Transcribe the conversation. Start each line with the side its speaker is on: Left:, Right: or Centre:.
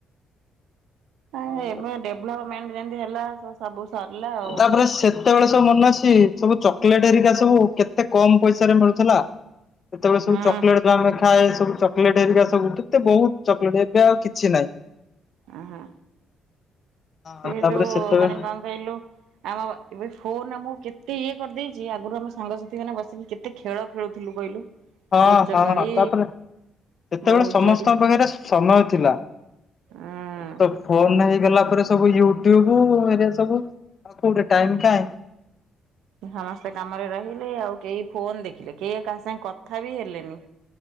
Right: ଆ
Left: ଆଉ
Right: ଏବେ ଡେଭଲପମେଣ୍ଟ ଯେମିତି ହେଲା ସବୁ ସରିଲା ଆଉ
Left: ତାପରେ ସେ କେତେବେଳେ ସବୁ ମନେ ଅଛି ସବୁ ଚକୋଲେଟ ଏରିକା ସବୁ କେତେ କମ ପଇସାରେ ମିଳୁଥିଲା। ସେତେବେଳେ ସବୁ
Right: ହୁଁ
Left: ଚକଲେଟ ଆମେ ଖାଏ ସବୁ ଚକୋଲେଟ ହେରିକା ସବୁ କେତେ ବହୁତ ଚକୋଲେଟ ଏବେ ଆଉ କିଛି ନାହିଁ।
Right: ହୁଁ ହୁଁ। ସେ
Left: ହଁ ତାପରେ
Right: ଯୋଉ
Left: ସେତେବେଳେ
Right: ମାନେ କଣ କହିଲୁ ଆମ ଏବେ ଫୋନ ଆମୁକୁ କେତେ ଇଏ କରିଦେଇଛି ଆଗରୁ ଆମ ସାଙ୍ଗସାଥି ମାନେ ବସିକି କେ ତେ ଖେଳ ଖେଳୁଥିଲୁ କହିଲୁ।
Left: ହଁ
Right: ଲୁଚକାଳି
Left: ହଁ ତାପରେ ସେତେବେଳେ
Right: ବୋହୁ
Left: ସମସ୍ତଙ୍କ
Right: ଚୋରି
Left: ପାଖରେ ସମୟ ଥିଲା।
Right: ଉଁ
Left: ଏ ତ ଫୋନ ହେଇଗଲା ପରେ ସବୁ ୟୁଟ୍ୟୁବ ଏଆ ସବୁ ଆଉ କୋଉଠି ଟାଇମ୍ କାଇଁ?
Right: ସମସ୍ତେ କାମରେ ରହିଲେ ଆଉ କେହି ଫୋନ ଦେଖିଲେ କେହି କାହା ସାଙ୍ଗେ କଥା ବି ହେଲେନି।